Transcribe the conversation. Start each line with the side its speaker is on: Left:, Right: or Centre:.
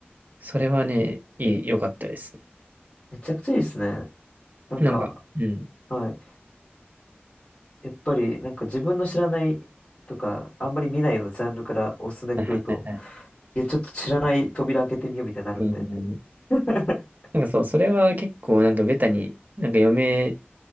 Right: それはね、いい、良かったです。
Left: めちゃくちゃいいですね。なんか、
Right: なんか、うん。
Left: はい。やっぱり、なんか自分の知らないとか、あんまり見ないようなジャンルからおすすめ来ると、
Right: はいはい。
Left: いや、ちょっと知らない扉開けてみようみたいになるんで。
Right: うん
Left: <laughs>
Right: なんかそう、それは結構なんかベタに、なんか余命